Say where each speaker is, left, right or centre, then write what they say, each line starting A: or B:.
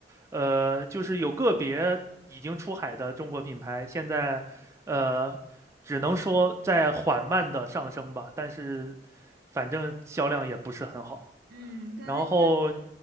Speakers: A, on the right (about 15°); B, on the right (about 55°).
A: 呃，就是有个别已经出海的中国品牌，现在呃，只能说在缓慢的上升吧，但是反正销量也不是很好。
B: 嗯，跟那些
A: 然后，